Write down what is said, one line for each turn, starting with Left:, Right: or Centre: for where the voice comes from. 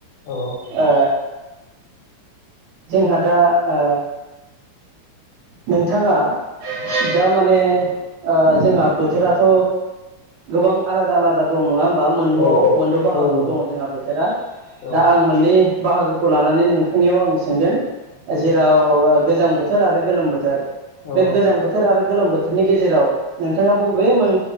Left: औ
Right: ओ जोंहा दा ओ नोंथांङा दा माने ओ जोंहा बोथोराथ' गोबां आलादा आलादा दं नंङा होम बा मोनद'आव
Left: औ औ
Right: मोनद' बाहागोआव
Left: औ नंगौ
Right: दङ जोंहा बोथोरा
Left: औ
Right: दा आं मोननै बाहागोखौ लानानै नोंथांनियाव आं सोंगोन ।
Left: औ
Right: जेराव गोजां बोथोर आरो गोलोम बोथोर।
Left: औ
Right: बे गोजां बोथोर आरो गोलोम बोथोरनि गेजेराव नोंथांङा बबे मोन